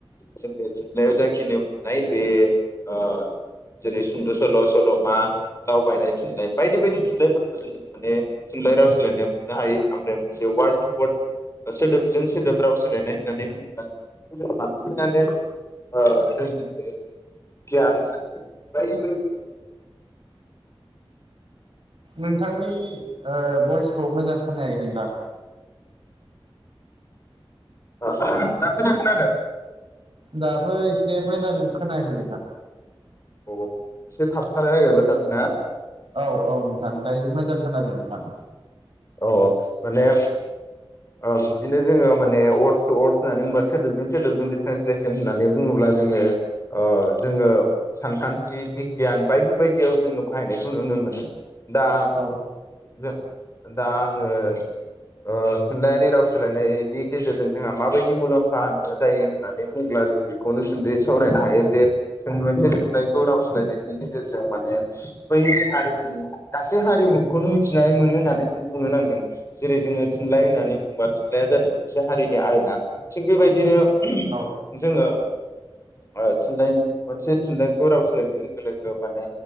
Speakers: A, on the left; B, on the right.
A: जोंनि थुनलाइयाव जाखिनि नाय बे ओ जेरै सुंद' सल', सल'मा दावबायनाय थुनलाइ बायदि बायदि थुनलाइफोरखौ जों माने थुनलाइ राव सोलायनायाव मोननो हायो ओमफ्राय मोनसे वार्ड टु वार्ड ओ सोदोबजों सोदोब राव सोलायनाय होननानै बुङोब्ला जों बांसिनानो ओ जोंनि बे ग <unintelligible>
B: नोंथांनि ओ भइसखौ मोजां खोनायाखै <unintelligible>
A: <unintelligible> दा मोजां खनादों?
B: दाबो एसे मोजां खोनाखै नोंथां।
A: अ एसे थाबथानो नागिरबाय थादों ना?
B: औ औ नोंथां ओमफ्राय मोजां खोनादों नोंथां।
A: औ औ माने ओ बिदिनो जोङो माने वर्डस टू वर्डस होननानै होनबा बे सोदोबजों सोदोबजों ट्रेसलेस होननानै बुङोब्ला जोङो ओ जोङो सानखान्थि बिगियान बायदि बायदियाव जोङो बाहायनायखौ नुनो मोनो। दा
B: औ
A: जों दा आङो ओ थुनलाइयारि राव सोलायनायनि गेजेरजों जोंहा माबायदि मुलाम्फा होन जायो होननानै बुङोब्ला जों बेखौ खौनो सुनदै सावरायनो हायो जे जों मोनसे थुनलाइखौ राव सोलायनायनि सो जों माने बै हारिनि गासै हारिमुखौनो मिथिनानै मोनो होननानै जों बुंनो नांगोन। जेरै जोङो थुनलाइ होननानै बुंबा थुनलाइया जादों मोनसे हारिनि आयना थिग बेबायदिनो
B: औ।
A: जोङो ओ थुनलाइ मोनसे थुनलाइखौ राव सोलायनाय लोगो लोगो माने